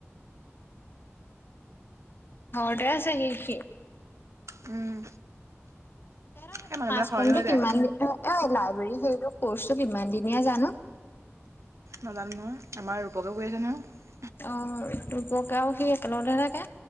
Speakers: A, on the left (about 50°); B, on the right (about 75°).
A: ঘৰতে আছে সি সি
B: উম
A: এ সেইটো
B: এই মানুহবিলাক
A: মাছ
B: সলনি
A: কম
B: হৈ
A: কিমান
B: যায়
A: এ লাইব্ৰেৰী কৰ্চটো কিমান দিনীয়া জানো
B: নাজানো নহয় আমাৰ ৰূপকে কৈ আছে নহয়
A: অ দুপকেও সি একে লগতহে থাকে